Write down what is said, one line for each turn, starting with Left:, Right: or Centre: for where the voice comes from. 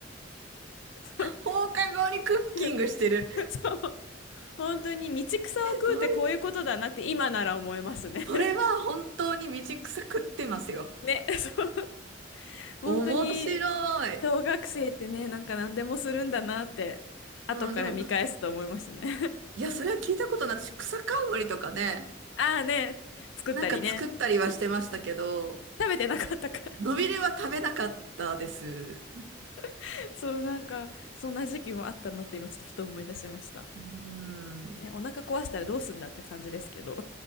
Left: そう
Right: 放課後にクッキングしてる。
Left: <laughs> そう本当に道草を食うってこういうことだなって今なら思いますね
Right: どういう、それは本当に道草食ってますよ。
Left: <laughs> ねそう本当に
Right: 面白い。
Left: 小学生ってねなんか何でもするんだなって後から見返すと思いますね
Right: うん、でも、いや、それは聞いたことない。私、草冠とかね、
Left: <laughs> ああね作ったりね
Right: なんか作ったりはしてましたけど、
Left: 食べてなかったか
Right: のびれは食べなかったです。
Left: <laughs> そうなんかそんな時期もあったなって今ちょっとふと思い出しました
Right: うん、
Left: ねお腹壊したらどうすんだって感じですけど